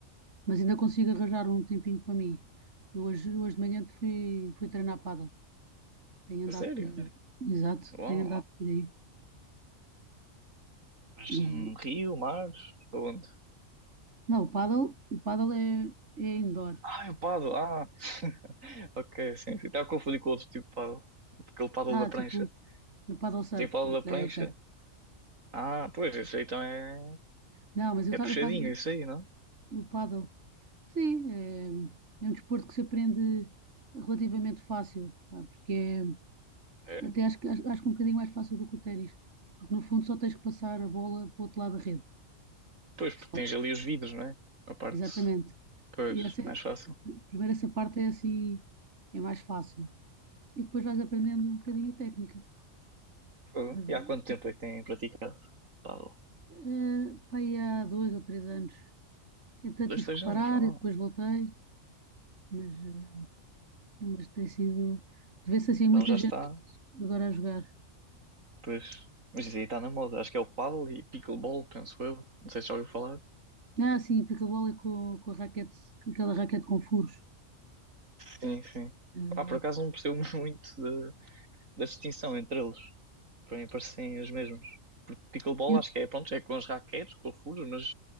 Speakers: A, on the right; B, on the right.
A: mas ainda consigo arranjar um tempinho para mim. Eu hoje, hoje de manhã fui, fui treinar pádel, tenho andado
B: A sério?
A: por... aí. Exato,
B: Uau.
A: tenho andado por aí.
B: Mas
A: E-
B: num rio, mar? Aonde?
A: Não, o pádel, o pádel é, é indoor.
B: Ah, é o paddle. Ah, <laughs> ok, sim, sim. Estava a confundir com outro tipo de paddle. Aquele paddle
A: Ah,
B: da prancha.
A: tipo, o paddle surf,
B: Tem paddle da
A: ok,
B: prancha?
A: ok.
B: Ah, pois, isso aí então é...
A: Não, mas eu,
B: É
A: ta-
B: puxadinho,
A: eu faço
B: isso aí, não?
A: o paddle. Sim, é, é um desporto que se aprende relativamente fácil, pá, porque é,
B: É?
A: Até acho, que- acho, acho que um bocadinho mais fácil do que o ténis, porque no fundo só tens que passar a bola para o outro lado da rede.
B: Pois, porque
A: Só.
B: tens ali os vidros, não é? A parte...
A: Exatamente.
B: Pois,
A: E essa
B: é mais
A: é-
B: fácil.
A: primeiro essa parte é assim, é mais fácil. E depois vais aprendendo um bocadinho a técnica.
B: Fogo.
A: Mas
B: E há
A: é-
B: quanto tempo é que têm praticado paddle?
A: é, pá, aí há dois ou três anos. Então
B: Dois,
A: tive
B: três
A: que
B: anos?
A: parar
B: Ah,
A: e depois voltei, mas, eh, mas tem sido. Vê-se assim
B: então
A: muita
B: já
A: gente
B: está...
A: agora a jogar.
B: Pois. Mas isso aí está na moda. Acho que é o paddle e pickleball, penso eu. Não sei se já ouviu falar.
A: Ah, sim, pickleball é com, com a raquete, aquela raquete com furos.
B: Sim, sim.
A: Eh,
B: Ah, por acaso não percebo <laughs> muito da, da distinção entre eles. Para mim parecem os mesmos. Porque pickleball
A: Eu
B: acho que é, pronto, é com as raquetes, com os furos, mas